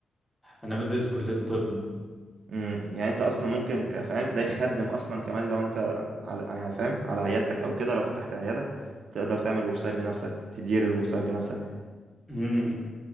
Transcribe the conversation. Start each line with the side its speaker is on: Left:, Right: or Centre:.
Centre: انا بدرس كلية طب
Right: امم يعني انت اصلا ممكن كفاهم ده يخدم اصلا كمان لو انت على يعني فاهم على عيادتك او كده لو فتحت عياده تقدر تعمل ويب سايت بنفسك تدير الويب سايت بنفسك
Centre: مم.